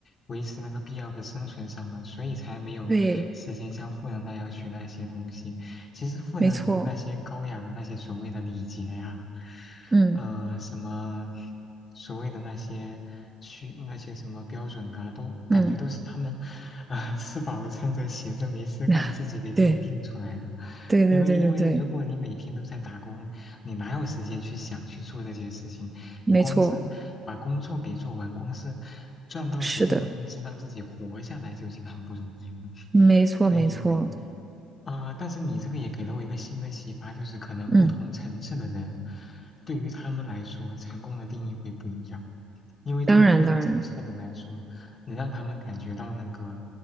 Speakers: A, on the left; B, on the right.
A: 维持那个必要的生存上了，所以才没有时间像富人那样学那些东西。
B: <laughs> 对，
A: 其实富人很多那些高雅的那些所谓的礼节呀、
B: 没错，嗯
A: 呃，什么所谓的那些需那些什么标准啊，都感觉都是他们
B: 嗯，
A: 啊、呃吃饱了撑着闲着没事干自己给自己定出来的。
B: 啊，对对对对对对，
A: 因为因为如果你每天都在打工，你哪有时间去想去做这些事情？
B: 没错，
A: 你光是把工作给做完，光是赚到足够的工资让自己活下来就已经很不容易了。
B: 是的，没错没错，
A: <laughs> 所以对，啊，呃但是你这个也给了我一个新的启发，就是可能不同层次的人，
B: 嗯，
A: 对于他们来说，成功的定义会不一样。因为对于不同层次的人来说，
B: 当然当然，
A: 能让他们感觉到那个